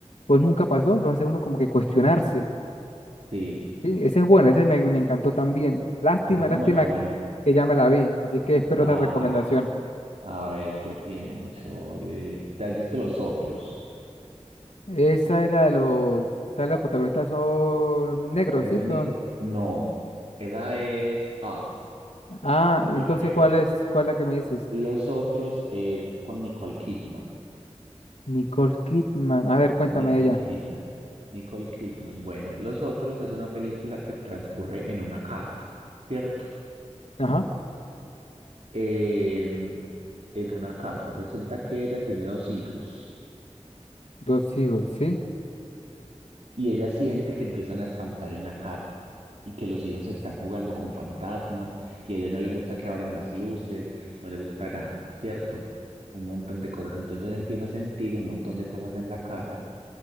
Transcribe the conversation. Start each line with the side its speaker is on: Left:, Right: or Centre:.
Left: pues nunca pasó, lo hace uno como que cuestionarse.
Right: sí.
Left: Sí, ese es bueno, ese me, me encantó también. Lástima,
Right: Esa es
Left: lástima
Right: muy buena.
Left: que, que ya me la vi, así que espero
Right: Ah,
Left: otra recomendación.
Right: a ver, yo pienso, eh, ¿te has visto los otros?
Left: Esa es la de los, sale los protagonistas son negros,
Right: Esa
Left: ¿sí?
Right: es
Left: Son.
Right: Nico. No, esa es Us,
Left: Ah, entonces,
Right: yo creo.
Left: ¿cuál es, cuál es la que me dices?
Right: Los otros es con Nicole Kidman.
Left: Nicole Kidman. A ver, cuéntame
Right: Nicole
Left: de ella.
Right: Kidman. Nicole Kidman. Bueno, Los otros es una película que transcurre en una casa, ¿cierto?
Left: Ajá.
Right: Eh, en una casa. Resulta que ella tiene dos hijos.
Left: Dos hijos, ¿sí?
Right: y ella siente que empiezan a espantar en la casa y que los hijos están jugando con fantasmas y a ella no le gusta que abran las luces, no le gusta nada, ¿cierto? Un montón de cosas. Entonces ella empieza a sentir un montón de cosas en la casa